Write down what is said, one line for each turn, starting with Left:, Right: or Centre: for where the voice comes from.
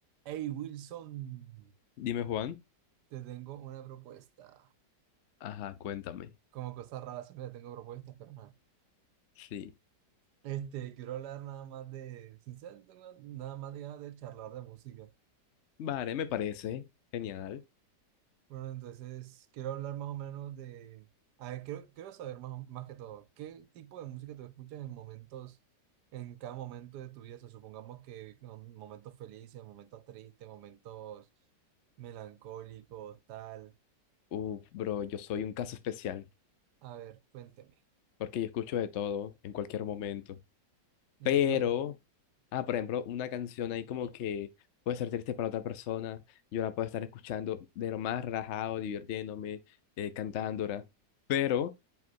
Right: Hey Wilson,
Left: Dime, Juan.
Right: te tengo una propuesta.
Left: Ajá, cuéntame.
Right: Como cosas raras siempre te tengo propuestas, pero nada.
Left: Sí.
Right: Este, quiero hablar nada más de, sinceramente, tengo nada más de ganas de charlar de música.
Left: Vale, me parece genial.
Right: Bueno, entonces quiero hablar más o menos de, a ver, quiero, quiero saber más, o- más que todo, ¿qué tipo de música tú escuchas en momentos, en cada momento de tu vida? O sea, supongamos que en momentos felices, momentos tristes, momentos melancólicos, tal.
Left: Uf, bro, yo soy un caso especial
Right: A ver, cuénteme.
Left: porque yo escucho de todo en cualquier momento.
Right: En
Left: Pero,
Right: cualquier... Ujú,
Left: ah, por ejemplo, una canción ahí como que puede ser triste para otra persona. Yo la puedo estar escuchando de lo más relajado, divirtiéndome, eh, cantándola. Pero